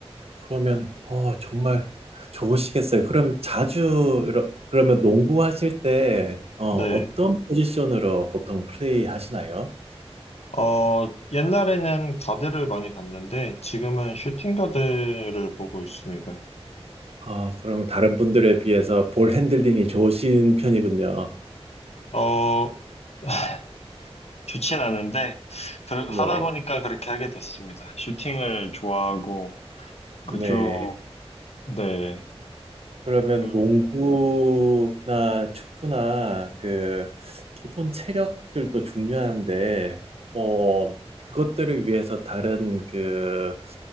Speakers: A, on the right; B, on the left.
A: 그러면, 어, 정말 좋으시겠어요. 그럼 자주, 이러- 그러면 농구하실 때, 어, 어떤
B: 네,
A: 포지션으로 보통 플레이 하시나요?
B: 어, 옛날에는 가드를 많이 봤는데, 지금은 슈팅 가드를 보고 있습니다.
A: 아, 그럼 다른 분들에 비해서 볼 핸들링이 좋으신 편이군요.
B: 어, <laughs> 좋진 않은데, 그-
A: 네,
B: 하다 보니까 그렇게 하게 됐습니다. 슈팅을 좋아하고,
A: 네.
B: 그쪽, 네.
A: 그러면
B: 그
A: 농구나 축구나 그 기본 체력들도 중요한데 뭐 그것들을 위해서 다른 그